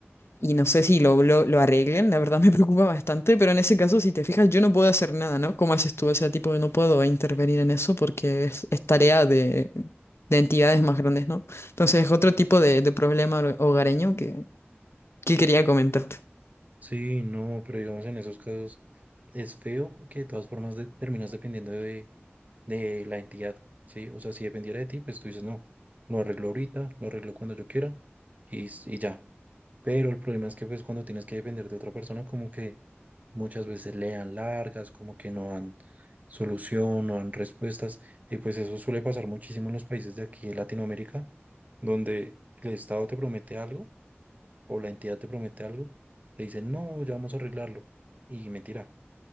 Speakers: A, on the left (about 75°); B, on the right (about 35°).
A: Y no sé si lo, lo, lo arreglen, la verdad <laughs> me preocupa bastante, pero en ese caso, si te fijas, yo no puedo hacer nada, ¿no? ¿Cómo haces tú? O sea, tipo, no puedo intervenir en eso porque es, es tarea de, de entidades más grandes, ¿no? Entonces es otro tipo de, de problema ho- hogareño que, que quería comentar.
B: sí, no, pero digamos en esos casos es feo porque de todas formas de- terminas dependiendo de, de la entidad, ¿sí? O sea, si dependiera de ti, pues tú dices, no, lo arreglo ahorita, lo arreglo cuando yo quiera y, s- y ya. Pero el problema es que pues cuando tienes que depender de otra persona, como que muchas veces le dan largas, como que no dan solución, no dan respuestas, y pues eso suele pasar muchísimo en los países de aquí de Latinoamérica, donde el Estado te promete algo o la entidad te promete algo, te dicen, no, ya vamos a arreglarlo, y mentira,